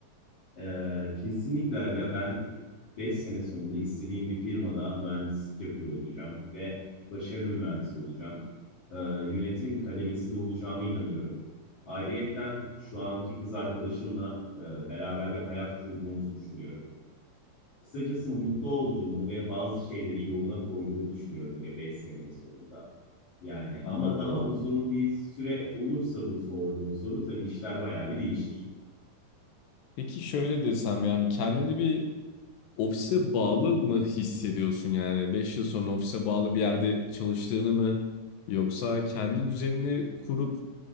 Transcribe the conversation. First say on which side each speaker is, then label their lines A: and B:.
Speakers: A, on the left; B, on the left.
A: Ee, kesinlikle aga ben 5 sene sonunda istediğim bir firmada mühendislik yapıyor olacağım ve başarılı bir mühendis olacağım. Ee, yönetim kademesinde olacağıma inanıyorum. Ayrıyetten şu anki kız arkadaşımla e, beraber bir hayat kurduğumuzu düşünüyorum. Kısacası mutlu olduğumu ve bazı şeyleri yoluna koyduğumu düşünüyorum aga 5 senenin sonunda. Yani
B: Anladım.
A: ama daha uzun bir süre olursa bu sorduğun soru tabii işler bayağı bir değişir.
B: Peki şöyle desem yani kendini bir ofise bağlı mı hissediyorsun yani 5 yıl sonra ofise bağlı bir yerde çalıştığını mı yoksa kendi düzenini kurup